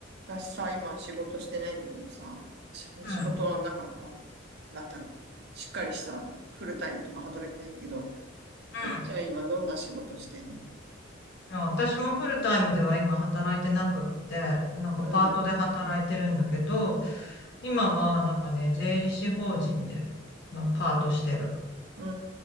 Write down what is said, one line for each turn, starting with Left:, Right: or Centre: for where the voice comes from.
Right: 私さ、今仕事してないんだけどさ、し仕事はなんか、
Left: うん。
Right: まあ、なんだろう。しっかりしたフルタイムとか働いてないんだけど、
Left: うん。
Right: そっちは今どんな仕事してんの
Left: いや私もフルタイムでは今働いてなくって、なんかパートで働いてるんだけど、
Right: うん。
Left: 今はなんかね、税理士法人で、まあ、パートしてる。
Right: うー